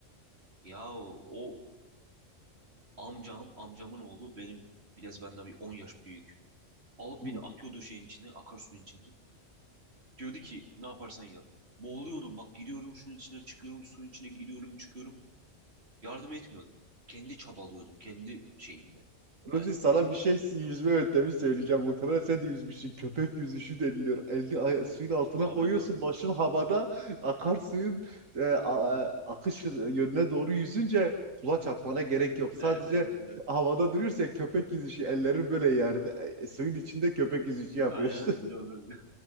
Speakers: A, on the right (about 50°); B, on the right (about 80°).
A: Ya o amcam, amcamın oğlu benim biraz benden bir 10 yaş büyük. Alıp
B: <laughs>
A: beni
B: Hı.
A: atıyordu şeyin içine, akarsuyun içine. Diyordu ki ne yaparsan yap. Boğuluyordum bak giriyorum şunun içine çıkıyorum, suyun içine giriyorum çıkıyorum. Yardım etmiyordu. Kendi çabalıyordum, kendi şeyimle. Hayatta
B: Ruzi sana
A: kalıyordum.
B: bir şey yüzme yöntemi söyleyeceğim. Muhtemelen sen de yüzmüşsün. Köpek yüzüşü deniliyor. Elini ay- suyun altına
A: Tabii
B: koyuyorsun.
A: tabii.
B: Başın havada. Akarsuyun e, a- akış yönüne doğru yüzünce kulaç atmana gerek yok. Sadece
A: Evet evet evet. evet.
B: havada duruyorsun köpek yüzüşü. Ellerin böyle yerde. E, e, suyun içinde köpek yüzüşü yapıyorsun.
A: Aynen aynen biliyorum.